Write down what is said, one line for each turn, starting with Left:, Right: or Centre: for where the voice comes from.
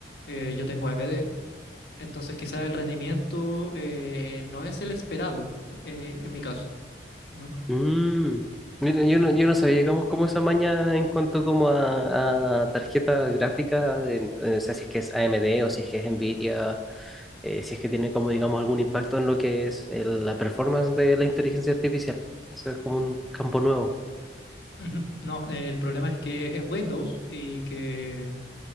Left: Eh, yo tengo AMD, entonces quizás el rendimiento eh, no es el esperado eh, en mi caso, ¿no?
Centre: Mm. Mira, yo
Left: Eh,
Centre: no, yo no sabía, digamos, cómo esa maña en cuanto como a, a tarjeta gráfica, en- eh, o sea, si es que es AMD o si es que es Nvidia, eh, si es que tiene como, digamos, algún impacto en lo que es el- la performance de la inteligencia artificial. O sea, es como un campo nuevo.
Left: ujú, no, eh, el problema es que es Windows y que